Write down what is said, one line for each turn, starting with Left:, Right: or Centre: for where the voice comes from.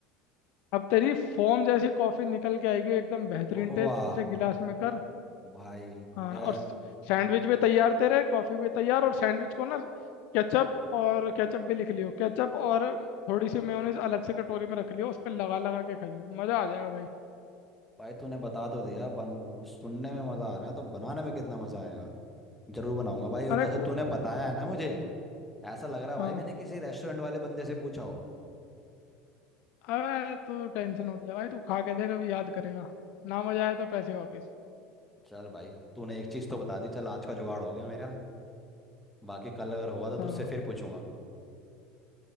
Left: अब तेरी फोम जैसी कॉफी निकल के आएगी एकदम बेहतरीन
Centre: ओ-
Left: टेस्ट
Centre: वाह
Left: उसे गिलास में कर
Centre: भाई
Left: हाँ
Centre: ए,
Left: और सैंडविच भी तैयार तेरे कॉफी भी तैयार और सैंडविच को ना केचप और केचप भी लिख लियो केचप और थोड़ी सी मेयोनीज अलग से कटोरी में रख लियो उस पर लगा लगा के खाइयो मजा आ जाएगा भाई
Centre: भाई तूने बता तो दिया बन सुनने में मज़ा आ रहा है तो बनाने में कितना मज़ा आएगा जरूर बनाऊंगा भाई और
Left: अरे
Centre: जैसे
Left: खू
Centre: तूने बताया है ना मुझे ऐसा लग रहा
Left: हाँ
Centre: है भाई मैंने किसी रेस्टोरेंट वाले बंदे से पूछा हो
Left: अरे तू टेंशन मत ले भाई तू खा के देख अभी याद करेगा ना मजा आए तो पैसे वापस
Centre: चल भाई तूने एक चीज़ तो बता दी चल आज का जुगाड़ हो गया मेरा बाकी कल अगर हुआ तो
Left: हाँ
Centre: तुझसे फिर पूछूंगा